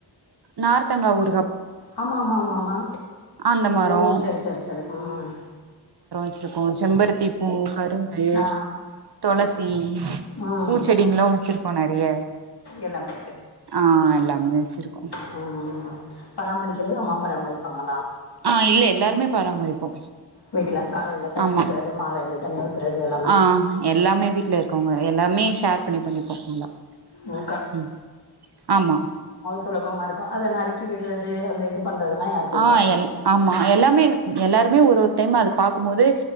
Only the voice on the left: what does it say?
ஆமா ஆமா ஆமா ஆமா
ஓ சரி சரி சரி உம்
ஆ
ம்
எல்லாமே
அ அ பராமரிக்கிறது ஆமா பராமரிப்பாங்களா
வீட்டில் காலையில் தண்ணி
ஊற்றுறது மாலையில் தண்ணி ஊற்றுறது எல்லாமே
ஓ
சுலபமா இருக்கு அத நறுக்கி விட்றது அந்த இது பண்ணுறதெல்லாம் யார் செய்வா